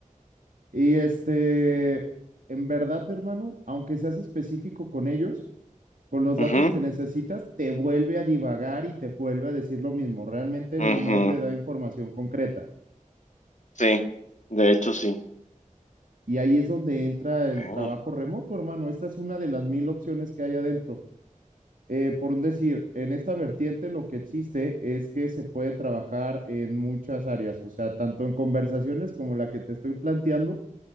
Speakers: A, on the right; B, on the left.
A: y este, en verdad, hermano, aunque seas específico con ellos, con los
B: Ujú,
A: datos que necesitas, te vuelve a divagar y te vuelve a decir lo mismo. Realmente
B: ujú.
A: no te da información concreta.
B: Sí, de hecho sí.
A: Y ahí es donde entra
B: Okay.
A: el trabajo remoto, hermano. Esta es una de las mil opciones que hay adentro. eh, por un decir, en esta vertiente lo que existe es que se puede trabajar en muchas áreas, o sea, tanto en conversaciones como la que te estoy planteando,